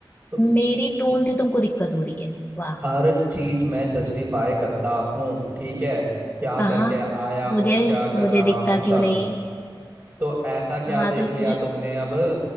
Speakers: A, on the right (about 35°); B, on the left (about 20°).
A: तो
B: मेरी टोन से तुमको दिक्कत हो रही है वाह
A: हर चीज मैं जस्टिफाई करता हूँ ठीक है क्या
B: कहाँ
A: करके आया
B: मुझे
A: हूँ क्या कर
B: मुझे
A: रहा
B: दिखता
A: हूँ सब
B: क्यों नहीं
A: तो ऐसा क्या
B: हाँ
A: देख
B: तो
A: लिया
B: जो,
A: तुमने अब